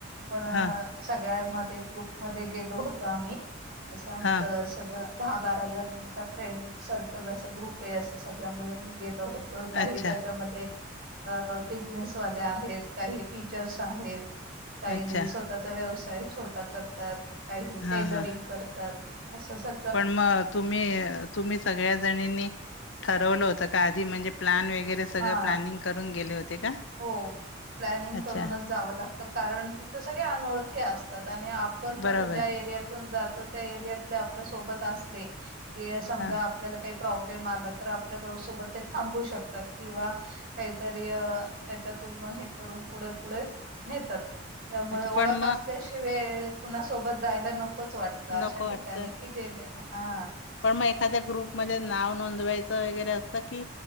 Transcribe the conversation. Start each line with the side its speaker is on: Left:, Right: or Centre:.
Right: पण
Left: हा
Right: सगळ्या मध्ये ग्रुपमध्ये गेलो होतो आम्ही अस आमच
Left: हा
Right: सगळ दहा बारा जणचा फ्रेंड सर्कल अस ग्रुप आहे अस सगळ मिळुन गेलो होतो तर काही
Left: अच्छा
Right: त्याच्यामध्ये अ बिजनेसवाल्या आहेत काही टीचर्स आहेत काही
Left: अच्छा
Right: स्वतः व्यवसाय छोटा करतात काही
Left: हा
Right: टेलरिंग
Left: हा
Right: करतात असं सळं
Left: पण मग तुम्ही, तुम्ही सगळ्या जणीनी. ठरवलं होतं का आधी म्हणजे प्लॅन वगैरे सगळं
Right: हा
Left: प्लॅनिंग करून गेले होते का?
Right: हो. प्लॅनिंग
Left: अच्छा
Right: करूनच जावं लागतं कारण तिथं सगळे अनोळखे असतात आणि आपण कसं
Left: बरोबर
Right: ज्या एरियात <inaudible> जातो त्या एरियातले आपल्या सोबत असले की समजा
Left: हा
Right: <inaudible> आप काही प्रॉब्लेम आला तर आपल्या सोबत ते थांबू शकतात किंवा काहीतरी त्याच्यातून हे करून पुढे पुढे नेतात. त्यामुळे
Left: अच्छा
Right: ओळख
Left: पण मग
Right: असल्याशिवाय कुणासोबत जायला नकोच वाटत. अशा
Left: नको
Right: ठिकाणी
Left: वाटतं
Right: कि <inaudible> जे हा.
Left: पण मग एखाद्या ग्रुपमध्येध्ये नाव नोंदवायचं वगैरे असतं की